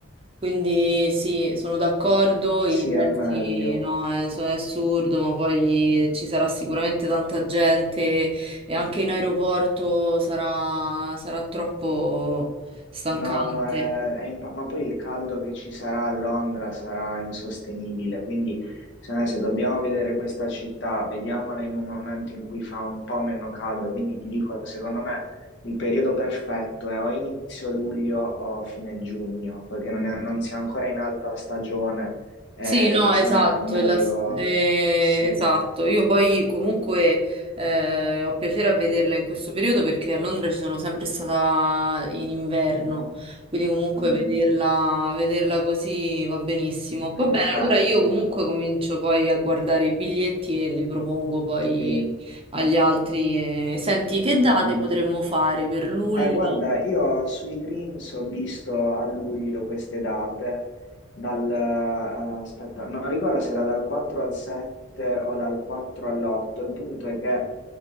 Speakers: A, on the right; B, on the left.
A: Quindi sì, sono d'accordo,
B: Sì,
A: i prezzi
B: è meglio.
A: no, è, so- è assurdo, ma poi
B: Mm,
A: ci sarà sicuramente tanta gente e anche in aeroporto sarà sarà troppo stancante.
B: No, no, è, è impa- ma poi il caldo che ci sarà a Londra sarà insostenibile, quindi secondo me se dobbiamo vedere questa città, vediamola in un momento in cui fa un po' meno caldo, quindi ti dico, secondo me il periodo perfetto è o inizio luglio o fine giugno, perché non, è- non si è ancora in alta stagione, eh,
A: Sì, no,
B: se-
A: esatto,
B: no, è meglio,
A: la s- eh,
B: sì,
A: esatto. Io poi comunque eh, ho piacere a vederla in questo periodo perché a Londra ci sono sempre stata in inverno, quindi comunque
B: Mm, mm.
A: vederla, vederla così va benissimo. Va
B: Eh, infatti.
A: bene, allora io comunque comincio poi a guardare i biglietti e li propongo poi
B: Sì.
A: agli altri. e- Senti, che date
B: Mm,
A: potremmo
B: mm.
A: fare per luglio?
B: Eh, guarda, io sui Dreams ho visto a luglio queste date, dal, eh, aspetta, non ricordo se era dal 4 al 7 o dal 4 all'8, il punto è che eh,